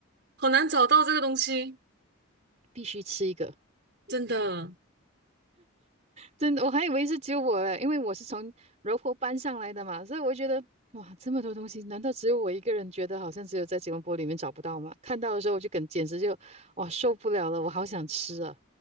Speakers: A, on the right (about 55°); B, on the right (about 35°).
A: 好难找到这个东西，
B: 必须吃一个。
A: 真的。
B: 真的，我还以为是只有我嘞，因为我是从柔佛搬上来的嘛，所以我觉得哇，这么多东西，难道只有我一个人觉得好像只有在吉隆坡里面找不到吗？看到的时候我就跟简直就哇受不了了，我好想吃啊